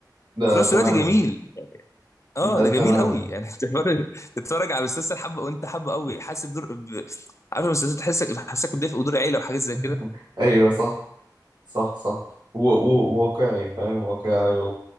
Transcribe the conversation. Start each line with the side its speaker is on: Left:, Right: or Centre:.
Right: ده
Left: وفي نفس
Right: تماما
Left: الوقت جميل اه
Right: ده
Left: ده جميل
Right: تماما
Left: قوي يعني <laughs> تتفرج تتفرج على مسلسل حبه وانت حبه قوي حاسس بدور ب... عارف المسلسل تحسك حاسك بدافئ ودور عيله وحاجات زي
Right: <laughs>
Left: كده
Right: ايوه صح صح صح و- و- واقعي فاهم واقعي و...